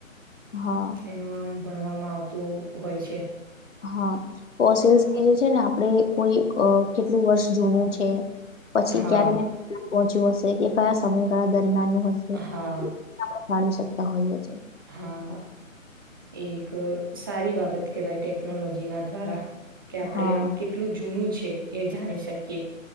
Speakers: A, on the left; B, on the right.
A: હા
B: એનું આમ, ભણવામાં આવતું હોય છે.
A: હા ફોસિલ્સ થી જે છે ને, આપડે કોઈ કેટલું વર્ષ જુનું છે પછી
B: હા
A: ક્યારે ને ક્યારે પહોંચ્યું હશે, કે કયા સમયગાળા દરમિયાનનું હશે
B: હા
A: એ આપણે જાણી શકતા હોઈએ છે.
B: હા એ એક સારી બાબત કેહવાય ટેકનોલોજીના દ્વારા કે આપણે
A: હા
B: આમ કેટલું જૂનું છે, એ જાણી શકીએ.